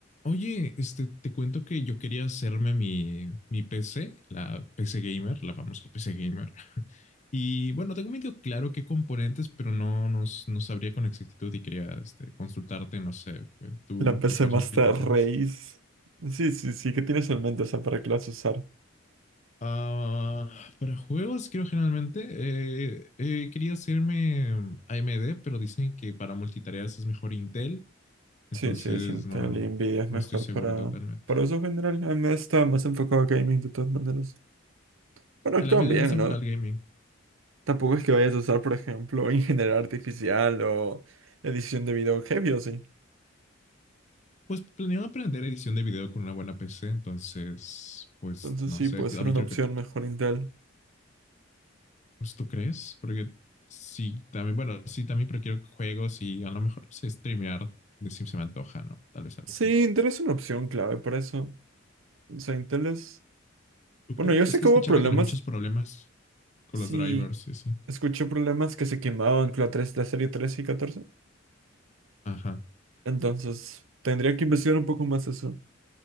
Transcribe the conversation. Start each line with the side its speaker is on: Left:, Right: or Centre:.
Left: Oye, este, te cuento que yo quería hacerme mi, mi PC, la PC Gamer, la famosa PC Gamer. Y bueno, tengo medio claro qué componentes, pero no, no, s- no sabría con exactitud y quería este, consultarte, no sé, eh, tú
Right: La PC
Left: que sabes
Right: Master
Left: un poquito más.
Right: Race. Sí, sí, sí, ¿qué tienes en mente? O sea, ¿para qué la vas a usar?
Left: Ah, para juegos, creo generalmente, eh, eh, quería hacerme AMD, pero dicen que para multitareas es mejor Intel, entonces
Right: Sí, sí, sí, Intel
Left: no,
Right: y Nvidia es mejor
Left: no estoy seguro
Right: para,
Left: totalmente.
Right: para uso general. A mí está más enfocado a gaming de todas maneras. Bueno, actúan
Left: El AMD
Right: bien,
Left: más enfocado
Right: ¿no?
Left: al gaming.
Right: Tampoco es que vayas a usar, por ejemplo, <laughs> ingeniería artificial o edición de video heavy o sí.
Left: Pues planeo aprender edición de video con una buena PC, entonces, pues
Right: Entonces
Left: no
Right: sí,
Left: sé,
Right: puede ser
Left: a mí
Right: una
Left: quiero
Right: opción
Left: que,
Right: mejor Intel.
Left: pues tú crees, porque sí, también, bueno, sí, también pero quiero juegos y a lo mejor no sé streamear, de si se me antoja, ¿no? Tal vez algún
Right: Sí,
Left: día.
Right: Intel es una opción clave para eso. O sea, Intel es...
Left: ¿Tú crees?
Right: Bueno, yo
Left: Es
Right: sé
Left: que
Right: que
Left: he
Right: hubo
Left: escuchado
Right: problemas.
Left: que tiene muchos problemas con
Right: Sí,
Left: los drivers y así.
Right: escuché problemas que se quemaban con la, tres, la serie trece y catorce
Left: Ajá,
Right: Entonces, tendría que investigar un poco más eso.